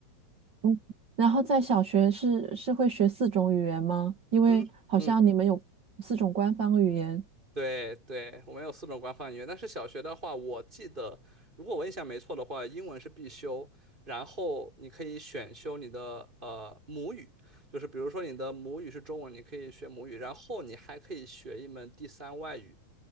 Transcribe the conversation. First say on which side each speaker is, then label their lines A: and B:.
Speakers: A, on the right; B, on the right.
A: 嗯然后在小学是是会学四种语言吗？因为好像你们有四种官方语言。
B: 嗯嗯。对对，我们有四种官方语言，但是小学的话，我记得如果我印象没错的话，英文是必修，然后你可以选修你的呃母语，就是比如说你的母语是中文，你可以学母语，然后你还可以学一门第三外语，